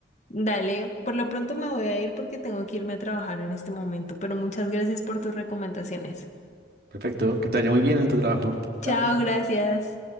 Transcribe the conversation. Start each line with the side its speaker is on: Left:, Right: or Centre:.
Left: Dale, por lo pronto me voy a ir porque tengo que irme a trabajar en este momento, pero muchas gracias por tus recomendaciones.
Right: Perfecto, que te vaya muy bien en tu trabajo.
Left: Chao,
Right: Chao.
Left: gracias.